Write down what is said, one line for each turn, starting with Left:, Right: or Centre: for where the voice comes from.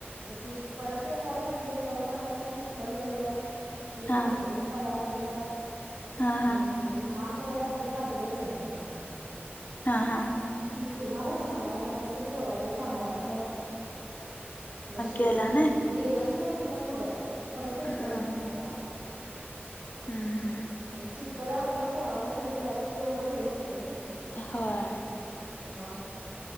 Right: मग ती परत येणारे म्हंटले जाऊ नकासा चिककल लई आहे. सगळी
Left: हा
Right: घसरून पडा लागल्यात.
Left: हा
Right: आणि
Left: हा
Right: लहान मुलं असल्या तर अजिबात जाऊ नकासा म्हणलं.
Left: हा हा
Right: हम तुम्हाला सांभाळणार काय ते पोराला सांभाळणार असं मग शेवटी
Left: गेला ना
Right: गेलच नाही तिन पुढं परत
Left: हम्म
Right: रिटर्न घरला आलो.
Left: हम्म हम
Right: मग चिक्कल हाय म्हणल्यावर, पोरांना घेऊन जायचं हे होतंय ना
Left: होय.
Right: माव.